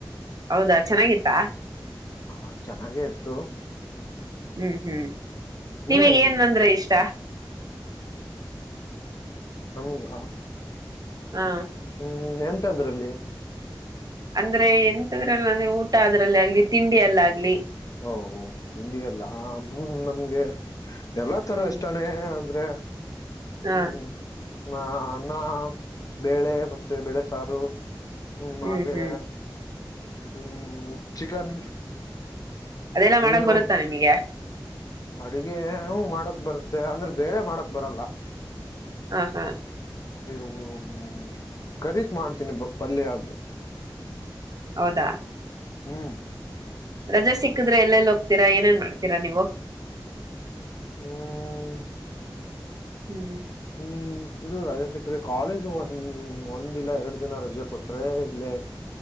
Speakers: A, on the right (about 50°); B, on the left (about 45°).
A: ಹೌದಾ ಚೆನ್ನಾಗಿತ್ತಾ
B: ಹಾ ಚೆನ್ನಾಗೇ ಇತ್ತು
A: ಹ್ಮ್ ಹ್ಮ್
B: ನೀವೇನ್
A: ನಿಮಗ್ ಏನ್
B: ತಿಂದ್ರಿ
A: ಅಂದ್ರೆ ಅಂದ್ರೆ ಇಷ್ಟ
B: ನಮ್ಗೆ
A: ಹಾ
B: ಹ್ಮ್ ಎಂತದ್ರಲ್ಲಿ
A: ಅಂದ್ರೆ ಎಂತದ್ರಲ್ಲ ಅಂದ್ರೆ ಊಟ ಅದ್ರಲ್ಲಿ ಆಗ್ಲಿ ತಿಂಡಿ ಎಲ್ಲ ಆಗ್ಲಿ
B: ಹಓ ತಿಂಡಿ ಎಲ್ಲ ಹ್ಮ ನಮ್ಗೆ ಎಲ್ಲಾ ತರ
A: ಹ್ಮ್
B: ಇಷ್ಟಾನೇ ಆದೆ
A: ಹ
B: ಹ್ಮ್ ನ ನಾ ಬೇಳೆ ಮತ್ತೆ ಬೆಳೆ ಸಾರು ಹ್ಮ
A: ಹ್ಮ್
B: ಹಾಗೆ
A: ಹ್ಮ್
B: ಹ್ಮ್ ಚಿಕನ್
A: ಅದೆಲ್ಲಾ ಮಾಡಕ್
B: ಮೀನು
A: ಬರುತ್ತಾ ನಿಮಗೆ
B: ಅಡುಗೆ ಹೂ ಮಾಡಕ್ ಬರುತ್ತೆ ಅಂದ್ರೆ ಬರೆ ಮಾಡಕ್ ಬರಲ್ಲ
A: ಹಾ ಹಾ
B: ಇ್ಮ ಕರೀಸ ಮಾಡ್ತೀನಿ ಪಲ್ಯಗ್
A: ಹೌದಾ
B: ಹ್ಮ್
A: ರಜೆ ಸಿಕ್ಕಿದ್ರೆ ಎಲ್ಲೆಲ್ಲಿ ಹೋಗ್ತೀರಾ ಏನೇನ್ ಮಾಡ್ತೀರಾ ನೀವು
B: ಹ್ಮ್
A: ಹ್ಮ್
B: ಹ್ಮ್ ಇದು ರಜೆ ಸಿಕ್ಕ್ರೆ ಕಾಲೇಜು ಒಂದ ಒಂದಿನ ಎರಡು ದಿನ ರಜೆ ಕೊಟ್ರೆ ಇಲ್ಲೇ